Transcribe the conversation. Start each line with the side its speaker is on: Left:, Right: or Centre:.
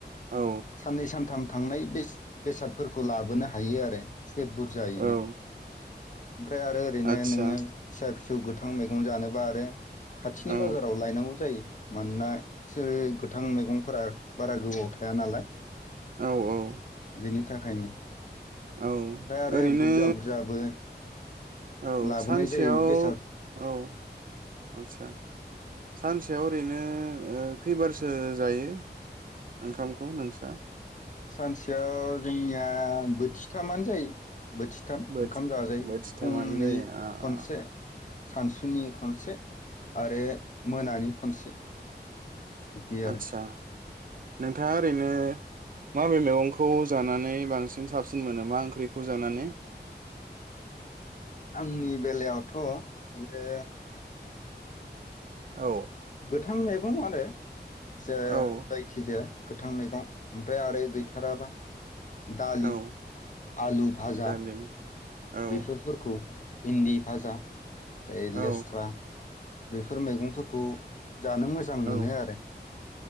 Right: औ
Left: साननै सानथाम थांनाय बेस बेसादफोरखौ लाबोनो हायो आरो एसे बुरजायैनो
Right: औ
Left: ओमफ्राय आरो ओरैनो
Right: आदसा
Left: नोङो फिसा फि सौ गोथां मैगं जानोबा आरो खाथिनि
Right: औ
Left: बाजाराव लायनांगौ जायो मानोना बिसोरो गोथां मैगंफोरा बारा गोबाव थाया नालाय <inaudible> <inaudible>
Right: औ औ
Left: बेनि थाखायनो
Right: औ
Left: ओमफ्राय आरो
Right: ओरैनो
Left: बुरजा बुरजाबो
Right: औ
Left: लाबोनाय
Right: सानसेयाव
Left: जायो बेसाद
Right: औ आचसा सानसेयाव ओरैनो ओ खैबारसो जायो ओंखामखौ नोंसा
Left: सानसेयाव जोंनिया बोथिथामानो जायो बोथिथाम
Right: बोथि
Left: ओंखाम जाजायो
Right: बोथिथामानो
Left: फुंनि
Right: जायो आ
Left: खनसे
Right: आ
Left: सानसुनि खनसे आरो मोनानि खनसे बिदि आरो
Right: आतसा नोंथाङा ओरैनो माबे मैगंखौ जानानै बांसिन साबसिन मोनो मा ओंख्रिखौ जानानै
Left: आंनि बेलायावथ बेयो
Right: औ
Left: गोथां मैगं आरो जो
Right: औ
Left: जायखिजाया गोथां मैगं ओमफ्राय आरो गैथाराबा दालि
Right: औ
Left: आलु भाजा
Right: दालि औ
Left: बेफोर फोरखौ भेन्दी भाजा ए
Right: औ
Left: लेस्रा बेफोर मैगंफोरखौ जानो मोजां मोनो
Right: औ
Left: आरो